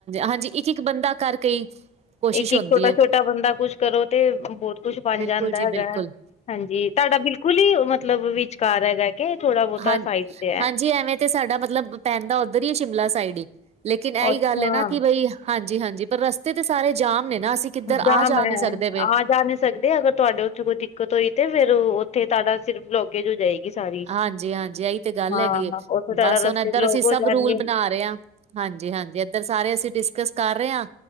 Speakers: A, on the right; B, on the left.
A: ਹਾਂਜੀ ਇੱਕ ਇੱਕ ਬੰਦਾ ਕਰਕੇ ਹੀ, ਕੋਸ਼ਿਸ਼
B: ਇੱਕ ਇੱਕ
A: ਹੁੰਦੀ
B: ਛੋਟਾ
A: ਹੈ
B: ਛੋਟਾ ਬੰਦਾ ਕੁਛ ਕਰੋ ਤੇ ਬਹੁਤ ਕੁੱਛ ਬਣ
A: ਬਿਲਕੁਲ
B: ਜਾਂਦਾ
A: ਜੀ
B: ਹੈਗਾ।
A: ਬਿਲਕੁਲ
B: ਹਾਂਜੀ ਤੁਹਾਡਾ ਬਿਲਕੁਲ ਹੀ ਮਤਲਬ ਵਿਚਕਾਰ ਹੈਗਾ ਕਿ ਥੋੜਾ ਬਹੁਤਾ
A: ਹਾਂ
B: ਸਾਈਡ ਤੇ ਹੈ,
A: ਹਾਂਜੀ ਐਵੇਂ ਤੇ ਸਾਡਾ ਮਤਲਬ ਪੈਂਦਾ ਉੱਧਰ ਹੀ ਹੈ ਸ਼ਿਮਲਾ ਸਾਈਡ ਹੀ ਲੇਕਿਨ ਇਹੀ
B: ਅੱਛਾ
A: ਗੱਲ ਹੈ ਨਾ ਕਿ ਬਈ, ਹਾਂਜੀ ਹਾਂਜੀ ਪਰ ਰਸਤੇ ਤੇ ਸਾਰੇ ਜਾਮ ਨੇ ਨਾ ਅਸੀਂ, ਕਿੱਧਰ
B: ਜਾ
A: ਆ
B: ਹੈ
A: ਨਹੀਂ ਸਕਦੇ ਪਏ
B: ਆ ਜਾਣੇ, ਸਕਦੇ ਅਗਰ ਤੁਹਾਡੇ ਉੱਥੇ ਕੋਈ ਦਿੱਕਤ ਹੋਈ ਤੇ ਫੇਰ ਉੱਥੇ ਤੁਹਾਡਾ ਸਿਰਫ ਹੋ ਜਾਏਗੀ ਸਾਰੀ
A: ਹਾਂਜੀ ਹਾਂਜੀ ਇਹੀ ਤੇ ਗੱਲ
B: ਹਾਂ
A: ਹੈਗੀ ਹੈ
B: ਉੱਥੇ ਤੁਹਾਡਾ
A: ਬਸ ਉਹ
B: ਰਸਤੇ
A: ਏਧਰ
B: ਬਲੋਕ
A: ਅਸੀਂ ਸਭ
B: ਹੋ ਜਾਣਗੇ
A: ਰੂਲ ਬਣਾ ਰਹੇ ਹਾਂ। ਹਾਂਜੀ ਹਾਂਜੀ ਏਧਰ ਸਾਰੇ ਅਸੀਂ ਡਿਸਕਸ ਕਰ ਰਹੇ ਹਾਂ।